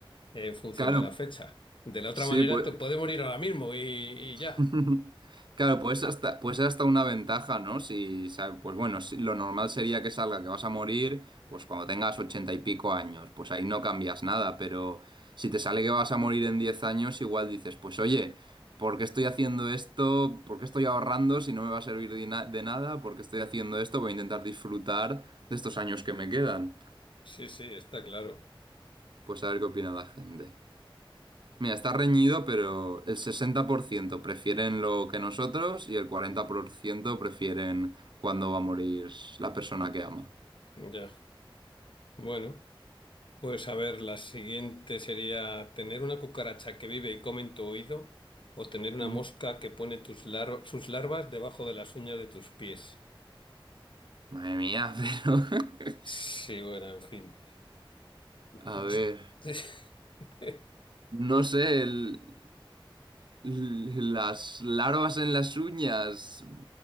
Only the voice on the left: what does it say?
en función
de la fecha. De la otra
manera,
te puede morir ahora mismo y, y ya.
Sí, sí, está claro.
Ya. Bueno, pues a ver, la siguiente sería tener una cucaracha que vive y come en tu oído o tener una
mosca que pone tus lar- sus larvas debajo de las uñas de tus pies.
Sí, bueno, en fin.
Yo
<laughs>